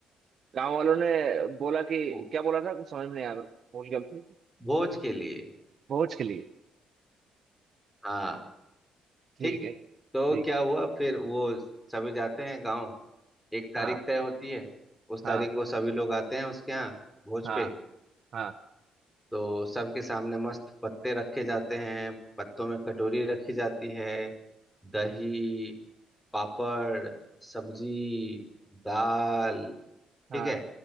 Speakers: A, on the right (about 55°); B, in the centre.
A: गांव वालों ने बोला कि
B: भो-
A: क्या बोला था कुछ समझ में नहीं आया मेरे को, भूल गया
B: भोज के लिए
A: भोज के लिए
B: हाँ
A: ठीक
B: ठीक
A: है ठीक
B: तो क्या
A: है
B: हुआ फिर वो सभी जाते हैं गांव एक तारीख
A: हाँ
B: तय होती है उस
A: हाँ
B: तारीख को सभी लोग आते हैं उसके यहाँ भोज
A: हाँ
B: पे
A: हाँ
B: तो सबके सामने मस्त पत्ते रखे जाते हैं पत्तों में कटोरी रखी जाती है दही पापड़ सब्जी दाल
A: हाँ
B: ठीक है